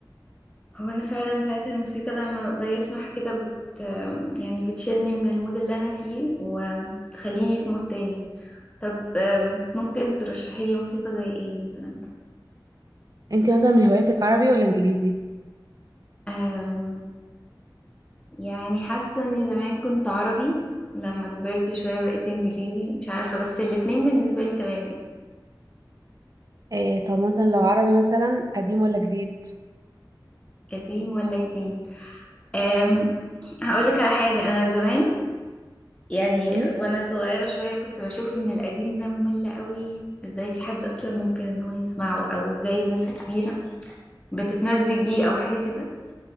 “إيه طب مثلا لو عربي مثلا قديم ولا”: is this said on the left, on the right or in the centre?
Right